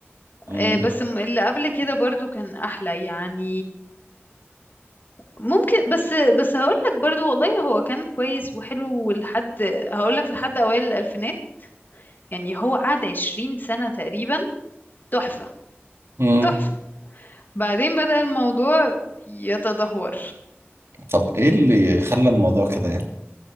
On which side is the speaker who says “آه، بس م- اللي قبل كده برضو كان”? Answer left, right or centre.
Left